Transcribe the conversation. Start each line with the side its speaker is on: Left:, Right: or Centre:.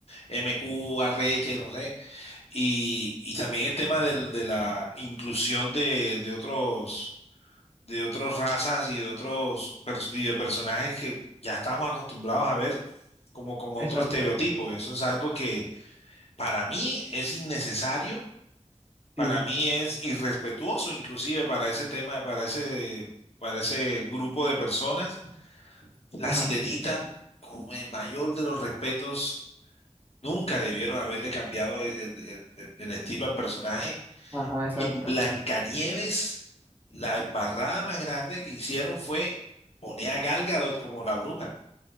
Left: M Q, R H no sé, y, y también el tema del- de la inclusión de, de otros, de otras razas y de otros pers- y de personajes que ya estamos acostumbrados a ver como con otro
Right: exacto,
Left: estereotipo. Eso es algo que para mí es innecesario para
Right: sí,
Left: mí es irrespetuoso inclusive para ese tema, para ese, para ese grupo de personas. La
Right: ajá,
Left: Sirenita, con el mayor de los respetos, nunca debieron haberle cambiado el, el- el- el estilo al personaje.
Right: ajá, exacto,
Left: Y en Blancanieves, la embarrada más grande que hicieron fue poner a Gal Gadot como la bruja.